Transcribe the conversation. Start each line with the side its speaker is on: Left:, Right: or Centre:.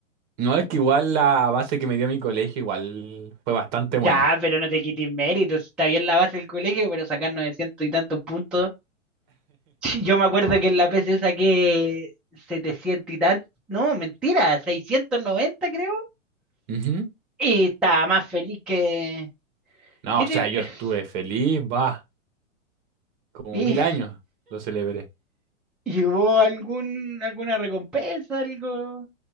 Right: No, es que igual la base que me dio mi colegio igual fue bastante
Centre: Ya,
Right: buena.
Centre: pero no te quites méritos. si Está bien la base del colegio, pero sacar 900 y tantos puntos. <laughs> Yo me acuerdo que en la PC saqué 700 y tantos. No, mentira, 690 creo.
Right: Ujú.
Centre: Y estaba más feliz que...
Right: No,
Centre: ¿Viste?
Right: o sea, yo estuve
Centre: <sighs>
Right: feliz, va, como
Centre: ¿Y,
Right: mil años lo celebré.
Centre: y hubo algún, alguna recompensa, algo?